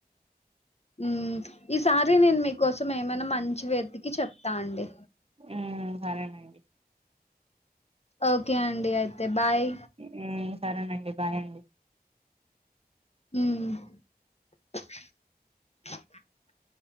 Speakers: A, on the left; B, on the right.
A: హ్మ్ ఈసారి నేను మీకోసం ఏమైనా మంచి వేతికి చెప్తా అండి
B: మ్మ్ సరేనండి
A: ఓకే అండి అయితే బాయ్
B: హ్మ్ సరేనండి బాయ్ అండి
A: హ్మ్